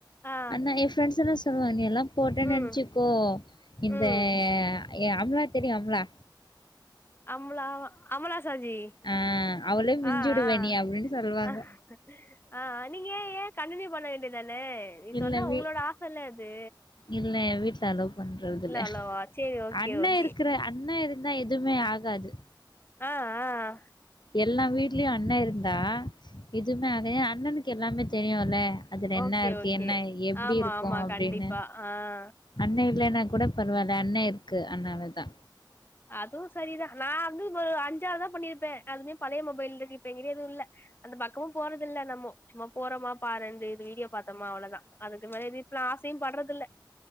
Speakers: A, on the left; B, on the left.
A: ஆ ஆ
B: ஆனா இப் ப்ரெண்ட்ஸ் எல்லா சொல்லுவாங்க நீ எல்லா போட்டே
A: ம்
B: நெனைச்சிக்கோ இந்த
A: ம்
B: எ அம்லா தெரியு அம்லா
A: ஆம்லா ஆமா அமலா சாஜி
B: ஆ அவளே மிஞ்சிடுவ
A: அ அ
B: நீ அப்டின்னு சொல்லுவாங்க
A: அ அ நீங்க ஏ ஏ கண்டினியூ பண்ண வேண்டிய தானே நீ
B: இல்லவே
A: சொன்னா உங்களோட ஆசல்ல எது
B: இல்ல எ வீட்ல அலோவ் பண்றது இல்ல
A: அவ்ளவா சேரி ஓகே
B: அண்ண
A: ஓகே
B: இருக்கற அண்ண இரு ந்தா எதுமே ஆகாது
A: ஆ அ
B: எல்லா வீட்லயு அண்ண இருந்தா எதுமே ஆக அண்ணனுக்கு எல்லாமே தெரியுல்ல அதுல
A: ஓகே
B: என்ன இருக்கு
A: ஓகே
B: என்ன எப்டி
A: ஆமா
B: இருக்கு
A: ஆமா
B: அப்டீனு
A: கண்டிப்பா ஆ
B: அண்ண இல்லைன்னா கூட பரவால்ல அண்ண இருக்கு அனாலதா
A: அது சரிதா நா வந்து இப்ப ஒரு அஞ்சாவதுதா பண்ணிருப்பே அதுமே பழைய மொபைல்லருக்கு இப்ப எங்கிட்ட எதுவு இல்ல அந்த பக்கமா போறதில்ல நம்மொ சும்மா போறோமா பாருந்து வீடியோ பாத்தோமா அவ்ளோதா அதுக்கு மேல இப்பலா ஆசையு படுறது இல்ல